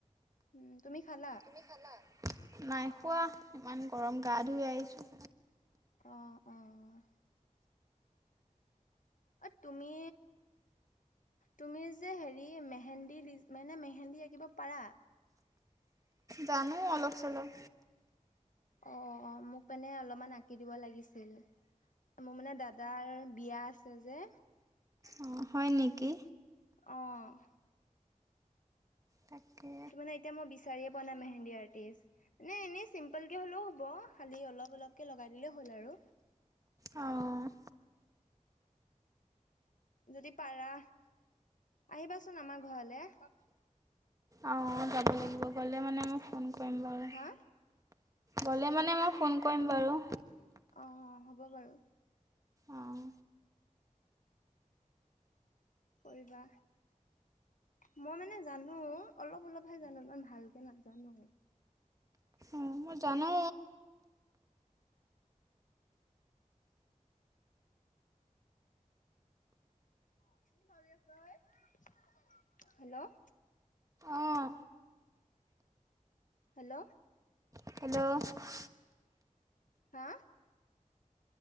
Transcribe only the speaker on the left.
উম, তুমি খালা।
অ', অ'। অ', তুমি তুমি যে হেৰি মেহেন্দী দি মানে মেহেন্দী আঁকিব পাৰা।
অ', অ', মোক মানে অলপমান আঁকি দিব লাগিছিল। মোৰ মানে দাদাৰ বিয়া আছে যে।
অ'।
ত' মানে এতিয়া মই বিচাৰিয়ে পোৱা নাই মেহেন্দী আৰ্টিষ্ট। মানে এনেই চিম্পলকে হ'লেও হ'ব, খালি অলপ অলপকে লগাই দিলেই হ'ল আৰু।
যদি পাৰা, আহিবাচোন আমাৰ ঘৰলে।
হা
অ', অ', হ'ব বাৰু।
কৰিবা। মই মানে জানো, অলপ অলপহে জানো ইমান ভালকে নাজানো।
<unintelligible> হেল্ল'।
হেল্ল'।
হা?